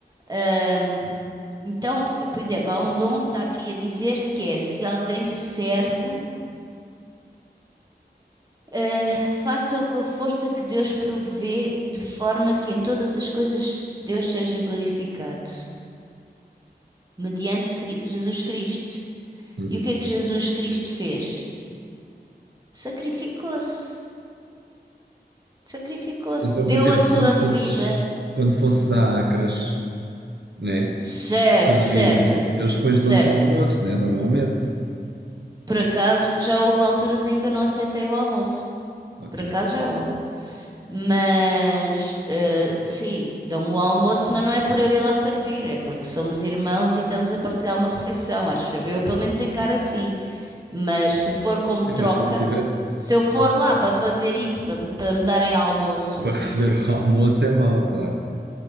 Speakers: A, on the right; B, on the right.
A: Ahm, então, por exemplo, há um dom que está aqui a dizer que é se alguém serve, eh, faça-o com a força que Deus provê, de forma que em todas as coisas Deus seja glorificado, mediante Cri- Jesus Cristo.
B: Uhum.
A: E o que é que Jesus Cristo fez? Sacrificou-se, sacrificou-se,
B: Então,
A: deu
B: por exemplo,
A: a sua
B: quando fosses,
A: vida.
B: quando fosses a Acras, né,
A: Certo,
B: servir,
A: certo,
B: eles depois
A: certo.
B: dão-te o almoço, né, normalmente.
A: Por acaso já houve alturas em que eu não aceitei o almoço.
B: Ok.
A: Por acaso já houve. Mas, eh, sim, dão-me o almoço, mas não é por eu ir lá servir, é porque somos irmãos e estamos a partilhar uma refeição, acho eu. Eu pelo menos encaro assim. Mas se for como troca,
B: Sim, mas se não tiver,
A: se
B: se
A: eu for
B: não-
A: lá para fazer isso, para, para me darem almoço,
B: para receber o almoço é mau, claro.